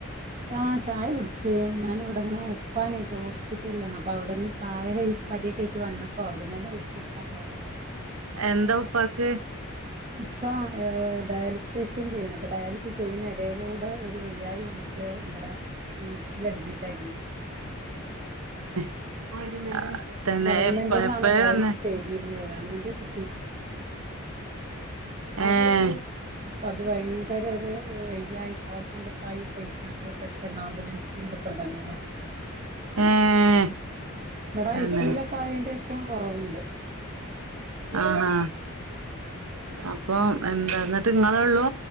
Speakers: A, on the right (about 30°); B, on the right (about 75°).
A: ആഹ് ചായ കുടിച്ച് ഞാന്വ്ടെങ്ങനെ ഉപ്പാനായിറ്റ് ഹോസ്പിറ്റല്ലാണ് അപ്പൊ അവിടെന്ന് ചായ കടിയൊക്കെ ആയിറ്റ് വന്നപ്പോ അവിടന്നന്നെ കുടിച്ചു ഉപ്പാന്റെ
B: എന്താ ഉപ്പാക്ക്
A: ഇപ്പ ഏഹ് ഡയാലിസ് പേഷ്യന്റെനു അപ്പൊ ഡയാലിസ് ചെയ്യ്ണെ എടേലൂടെ ഒരു വെയ്യായി വന്നി റ്റ് ഇവടെ മിംസിൽ അഡ്മിറ്റാക്കിന്
B: <inaudible>
A: ഗവൺമെന്റ്ന്നാണ്
B: എപ്പ എപ്പഴന്നെ
A: ഡയാലിസ് ചെയ്തീര്ന്നത് ഗവൺമെന്റ് ക്
B: ഏഹ്
A: അപ്പൊ അത് ഭയങ്കര ഒരു വെയ്യായി ശ്വാസം കിട്ടായി ആയ്ക്കാണ്ട് പെട്ടെന്ന് ആംബുലൻസ് ങ്ങട് കൊണ്ടന്നതാണ്
B: ഏഹ്
A: ഇവിടാ
B: തന്നെ
A: അയ്‌സിലൊക്കെ അയേന്റെ ഷം കൊറവുണ്ട്
B: ആഹഹാ അപ്പൊ എന്താ എന്നിട്ട് ഇങ്ങളെ ഉള്ളൂ